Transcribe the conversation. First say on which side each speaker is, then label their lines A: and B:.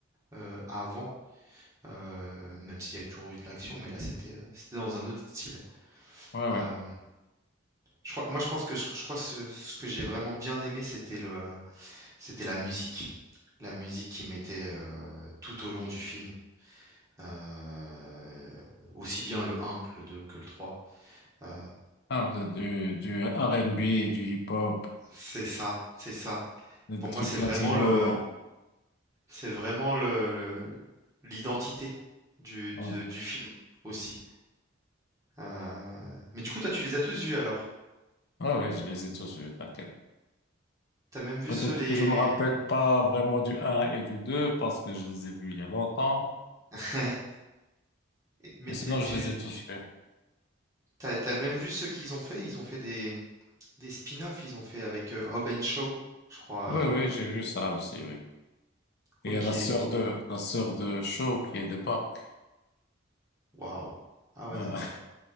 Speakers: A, on the right (about 15°); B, on the left (about 55°).
A: euh, avant, euh, même s'il y a toujours eu de l'action, mais là, c'était, euh, c'était dans un autre style.
B: ouais, ouais.
A: Euh, je crois, moi, je pense que je, je crois ce, ce que j'ai vraiment bien aimé, c'était le, c'était la musique. La musique qui mettait euh, tout au long du film. Euh, aussi bien le un, que le 2 que le trois, Euh,
B: Ah, de- du, du R&B, du hip-hop,
A: c'est ça, c'est ça.
B: des
A: Pour moi,
B: trucs
A: c'est vraiment
B: latinos.
A: le, c'est vraiment le, le- l'identité du,
B: Ouais,
A: du- du film aussi. Euh, mais du coup, toi, tu les as tous vus alors?
B: ouais, ouais, je les ai tous vus, t'inquiète.
A: T'as même vu
B: Peut-être
A: ceux les.
B: que je me rappelle pas vraiment du un et du 2 parce que je les ai vus il y a longtemps,
A: <laughs> Ouais. Et- Mais
B: mais
A: t'es-
B: sinon
A: tu,
B: je les ai tous vus.
A: t'as, t'as même vu ceux qu'ils ont fait? Ils ont fait des, des spin-offs. Ils ont fait avec euh, Hobbs and Shaw, je crois. euh,
B: Oui, oui, j'ai vu ça aussi, oui.
A: Ok.
B: Il y a la sœur de, la sœur de Shaw qui débarque.
A: Waouh. Ah ouais,
B: Euh,
A: d'accord.